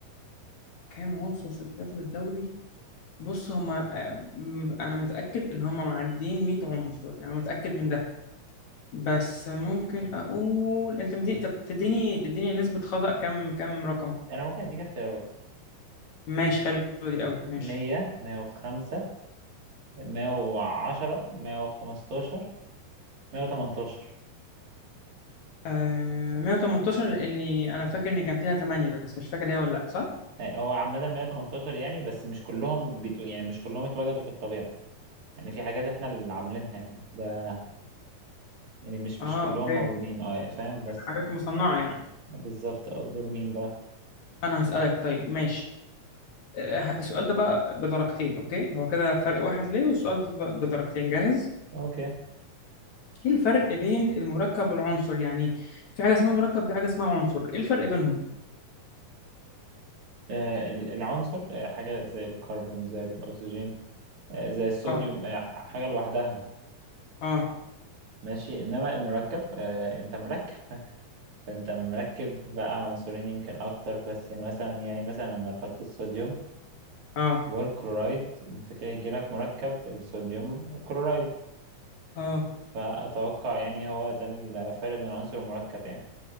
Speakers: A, on the left (about 60°); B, on the right (about 60°).
A: كام عنصر في الجدول الدوري بص هما م- انا متاكد ان هما معديين 100 عنصر انا متاكد من ده بس ممكن اقول انت مدي... طب تديني تديني نسبه خطا كام كام رقم
B: انا ممكن اديك اختيارات
A: ماشي حلوه دي قوي ماشي
B: مية مية وخمسة مية وعشرة مية وخمستاشر مية وتمنتاشر
A: آه... 118 لاني انا فاكر ان كان فيها 8 بس مش فاكر هي ولا لا صح
B: يعني هو عامة مية وتمنتاشر يعني بس مش كلهم بيتو يعني مش كلهم اتوجدوا في الطبيعة يعني في حاجات احنا اللي عاملينها يعني ده يعني مش
A: اه
B: مش كلهم
A: اوكي
B: موجودين اه فاهم بس
A: حاجات مصنعه يعني
B: بالظبط اه دور مين بقى
A: انا هسالك طيب ماشي آه، السؤال ده بقى بدرجتين اوكي هو كده فرق واحد ليه والسؤال ده ب- بدرجتين جاهز
B: اوكي
A: ايه الفرق بين المركب والعنصر يعني في حاجة اسمها مركب وفي حاجة اسمها عنصر ايه الفرق بينهم
B: آه ال- العنصر آه حاجة زي الكربون زي الأكسجين آه زي الصوديوم
A: اه
B: آه ح- حاجة لوحدها
A: اه
B: ماشي إنما المركب آه أنت مركب أنت مركب بقى عنصرين يمكن أكتر بس يعني مثلا يعني مثلا لما تحط الصوديوم
A: اه
B: والكلورايد انت كده يجيلك مركب الصوديوم كلورايد
A: اه
B: فأتوقع يعني هو ده الفرق بين عنصر المركب يعني